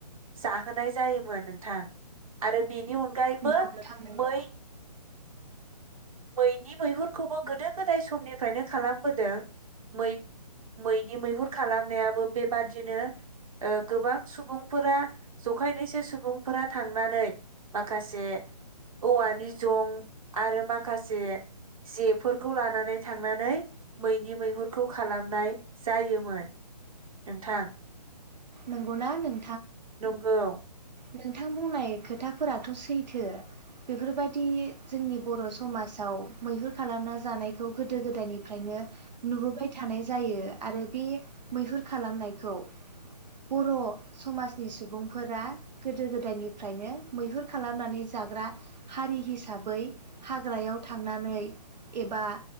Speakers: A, on the right; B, on the right.
A: जाहोनाय जायोमोन नोंथां आरो बेनि नि अनगायैबो
B: नंगौ नोंथां नंगौ
A: मै मैनि मैहुरखौबो गोदो गोदाय समनिफ्रायनो खालामबोदों मै मैनि मैहुर खालामनायाबो बेबादिनो ओ गोबां सुबुंफोरा जखायनैसो सुबुंफोरा थांनानै माखासे औवानि जं आरो मा खासे जेफोरखौ लानानै थांनानै मैनि मैहुरखौ खालामनाय जायोमोन नोंथां।
B: नंगौना नों
A: नंगौ।
B: नोंथां बुंनाय खोथाफोराथ सैथो बेफोरबायदि जोंनि बर' समाजाव मैहुर खालामना जानायखौ गोदो गोदायनिफ्रायनो नुबोबाय थानाय जायो आरो बे मैहुर खालामनायखौ बर' समाजनि सुबुंफोरा गोदो गोदायनिफ्रायनो मैहुर खालामनानै जाग्रा हारि हिसाबै हाग्रायाव थांनानै एबा